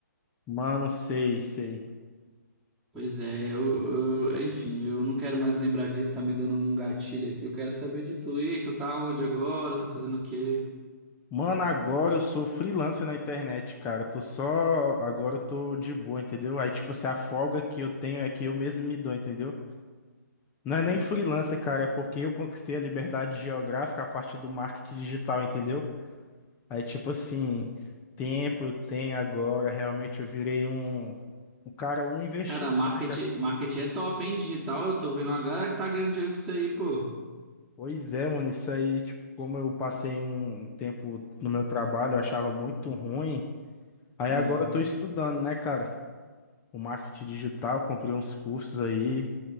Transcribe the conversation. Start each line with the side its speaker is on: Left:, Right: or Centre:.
Left: Mano, sei, sei.
Centre: Pois é, eu, eu- enfim, eu não quero mais lembrar disso, tá me dando um gatilho aqui. Eu quero saber de tu. E aí, tu tá onde agora? Tá fazendo o quê?
Left: Mano, agora eu sou freelancer na internet, cara. Tô só. Agora eu tô de boa, entendeu? Aí, tipo assim, a folga que eu tenho é que eu mesmo me dou, entendeu? Não é nem freelancer, cara, é porque eu conquistei a liberdade geográfica a partir do marketing digital, entendeu? Aí, tipo assim, tempo eu tenho agora, realmente eu virei um, um cara, um investidor,
Centre: Cara, marketing,
Left: né, cara?
Centre: marketing é top, hein? Digital, eu tô vendo uma galera que tá ganhando dinheiro com isso aí, pô.
Left: Pois é, mano, isso aí, tipo, como eu passei um tempo no meu trabalho, eu achava muito ruim. Aí
Centre: Hum.
Left: agora eu tô estudando, né, cara? O marketing digital, comprei uns cursos aí.